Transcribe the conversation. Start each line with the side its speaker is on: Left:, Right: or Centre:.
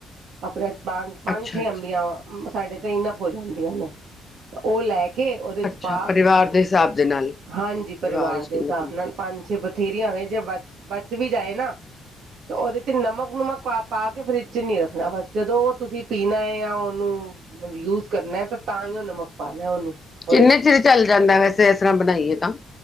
Right: ਆਪਣੇ ਪੰਜ-ਪੰਜ
Left: ਅੱਛਾ
Right: ਛੇ
Left: ਅੱਛਾ
Right: ਅੰਬੀਆਂ ਸਾਡੇ ਤਾਂ ਇਨਫ਼ ਹੋ ਜਾਂਦੀਆਂ ਨੇ ਤਾਂ ਉਹ ਲੈ ਕੇ ਉਹਦੇ ਚ
Left: ਅੱਛਾ
Right: ਪਾ
Left: ਪਰਿਵਾਰ ਦੇ ਹਿਸਾਬ ਦੇ ਨਾਲ
Right: ਹਾਂਜੀ ਪਰਿਵਾਰ
Left: ਵਿੱਚ
Right: ਦੇ
Left: ਕਿੰਨੇ
Right: ਹਿਸਾਬ
Left: ਬੰਦੇ
Right: ਨਾਲ ਪੰਜ ਛੇ ਬ ਥੇਰੀਆਂ ਹੋਈ ਜੇ ਬਚ-ਬਚ ਵੀ ਜਾਏ ਨਾ ਤੇ ਉਹਦੇ ਚ ਨਮਕ-ਨੁਮਕ ਪਾ-ਪਾ ਕੇ ਫਰਿੱਜ ਚ ਨੀ ਰੱਖਣਾ ਬਸ ਜਦੋਂ ਉਹ ਤੁਸੀਂ ਪੀਣਾ ਹੈ ਆ ਉਹਨੂੰ ਮ ਯੂਜ ਕਰਨਾ ਤਾਂ-ਤਾਂ ਹੀ ਉਹ ਨਮਕ ਪਾਣਾ ਉਹਨੂੰ ਉਹਦੇ
Left: ਕਿੰਨੇ
Right: ਚ
Left: ਚਿਰ ਚੱਲ ਜਾਂਦਾ ਵੈਸੇ ਇਸ ਤਰ੍ਹਾਂ ਬਣਾਈਏ ਤਾਂ